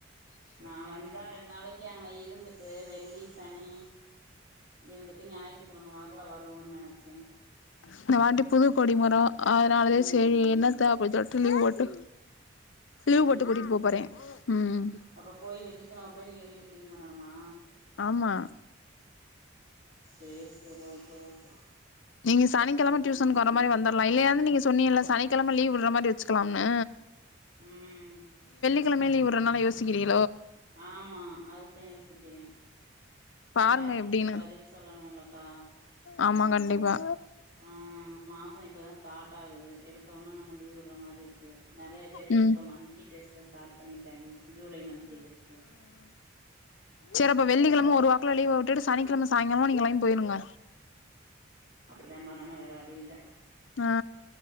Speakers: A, on the right (about 50°); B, on the left (about 70°).
A: நா வந்தா ரெண்டு நாளைக்கு அங்கனை இருந்துட்டு து வெள்ளி சனி இருந்துட்டு ஞாயித்துக்கிழமை வாக் குல வருவோன்னு நினைச்சே
B: இந்த வாட்டி புது கொடி மரம் அதனாலதே சரி என்னத்த அப்படி சொல்ட்டு லீவ் போட்டு லீவ்
A: ம்
B: போட்டு கூட்டிட்டு
A: ம்
B: போ போறே ம்
A: அப்ப போய் வெள்ளிக்கிழமை போய் நீங்க வீடு கிளீன் பண்ணணுமா
B: ஆமா
A: சேரி சேரி ஓகே ஓகே
B: நீங்க சனிக்கிழம
A: நல்லா கிளீன்
B: டியூசன்கு
A: பண்ணு
B: வர மாரி வந்துரலா இல்லையாது நீங்க சொன்னி இல்ல சனிக்கிழமை லீவ் விடுற மாதிரி வச்சுக்கலாம்னு
A: ம்
B: சனிக்கிழம லீவ் விட்ரநால யோசிக்கிறிக
A: ஆமா அதுதே யோசிக்கிறே
B: பாருங்க
A: பேரண்ட்ஸ்கு
B: எப்டின்னு
A: பதில் சொல்லணும்லக்கா
B: ஆமா கண்டிப்பா
A: ஆ மாச இப்பதா ஸ்டார்ட் ஆகுது எடுத்தோன்னே நம்ம லீவ் விடுற மாரி இருக்கு நெறைய பேருக்கு
B: ம்
A: இப்போ மந்த்லி டெஸ்ட்ட ஸ்டார்ட் பண்ணிட்டாங்கே ஜூலை மந்த்லி டெஸ்டு
B: செரப்ப வெள்ளிக்கிழம ஒரு வாக்குல லீவ விட்டுட்டு சனிக்கிழம சாயங்காலம நீங்க லைன் போயிருங்க
A: அப்டிதா பண்ணணு வேற வழி இல்ல
B: ஆ